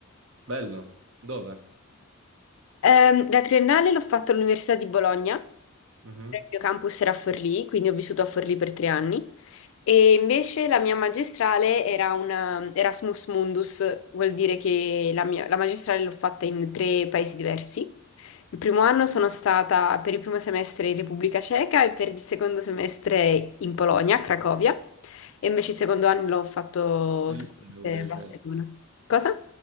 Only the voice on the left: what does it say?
Ehm, la triennale l'ho fatta all'Università di Bologna,
il mio campus era a Forlì, quindi ho vissuto a Forlì per tre anni. E invece la mia magistrale era una Erasmus Mundus, vuol dire che la mia- la magistrale l'ho fatta in tre paesi diversi. Il primo anno sono stata per il primo semestre in Repubblica Ceca e per il secondo semestre in Polonia, a Cracovia, e invece il secondo anno l'ho fatto
tutto
a Barcellona.
Cosa?